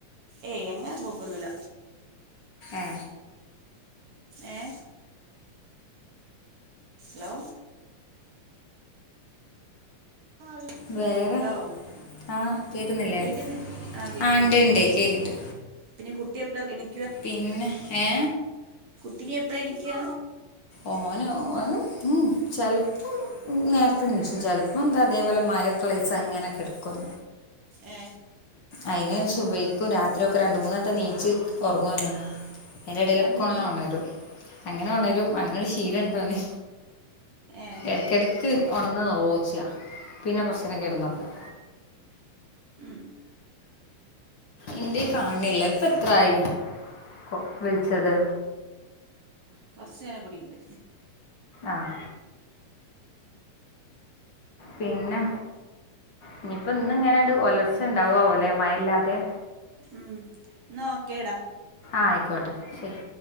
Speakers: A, on the right; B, on the left.
A: ഏയ് എങ്ങനെ പോക്കൊന്നൂല.
B: ഏ
A: ഏ ലോ വിളിക്കേ
B: വേറെ
A: ഹലോ
B: ആഹ് കേക്ക്ന്നില്ലേ
A: കേൾക്കുന്ന ആ കേൾക്കുന്നുണ്ട്
B: ആഹ് ഇണ്ട്ണ്ട് കേക്കിണ്ട്
A: പിന്നെ കുട്ടിയെപ്പഴാ എനി-
B: പിന്നെ ഏ
A: കുട്ടി എപ്പഴാ എണീക്കുക
B: ഓന് അഹ് ഉം ചെലപ്പോ നേരത്തെ എനിച്ചും ചിലപ്പം അതേപോലെ മയകളിസ് അങ്ങനെ കിടക്കും
A: ഏ
B: അയിന് ശുഭയ് <unintelligible> ക്കും രാത്രി യൊ ക്കെ രണ്ട് മൂന്നെട്ട നീച്ച് ഉറങ്ങോനോ അതിന്റെ ഇടയിലൊക്കെ
A: അത് പറ്റി
B: ഓന് ഓണരും അങ്ങനെ ഒണരും അങ്ങനെ ഒരു ശീലം ഓണ്ടോന്
A: ഏ
B: എടക്ക്‌ എടക്ക് ഒണന്ന് നോച്ചിയാ പിന്നെ കുറച്ച് നേരം കിടന്ന് ഒറങ്ങും
A: ഉം
B: ഇന്റെ കൈ കാണണില്ല ഇപ്പ എത്രയായി കൊള് വിളിച്ചത്
A: കൊറച്ച് നേരം കൂടി ഒണ്ട്
B: ആഹ പിന്നെ ഇനിയിപ്പോ ഇന്ന് ഇങ്ങനെണ്ട് ഒലർച്ച ഉണ്ടാവുവ ഒലയ മയല്ലിതെ
A: ഉം എന്നാ ഒക്കെടാ
B: ആയിക്കോട്ടെ ശരി